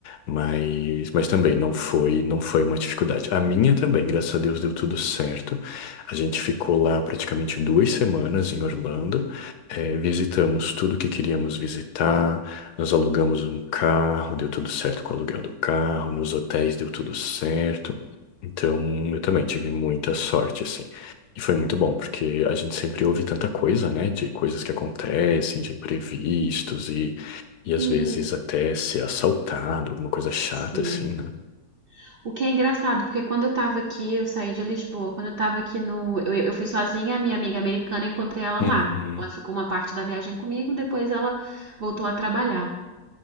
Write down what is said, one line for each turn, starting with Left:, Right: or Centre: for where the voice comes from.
Left: Mas, mas também não foi, não foi uma dificuldade. A minha também, graças a Deus, deu tudo certo. A gente ficou lá praticamente duas semanas em Orlando, eh, visitamos tudo que queríamos visitar, nós alugamos um carro, deu tudo certo com o aluguel do carro, nos hotéis deu tudo certo. Então, eu também tive muita sorte, assim. E foi muito bom, porque a gente sempre ouve tanta coisa, né? De coisas que acontecem, de imprevistos e, e às
Right: É,
Left: vezes até ser assaltado, alguma coisa chata
Right: sim.
Left: assim, né?
Right: O que é engraçado, porque quando eu tava aqui, eu saí de Lisboa. Quando eu tava aqui no. Eu, eu fui sozinha, a minha amiga americana, eu encontrei ela
Left: Uhum.
Right: lá. Ela ficou uma parte da viagem comigo, depois ela voltou a trabalhar.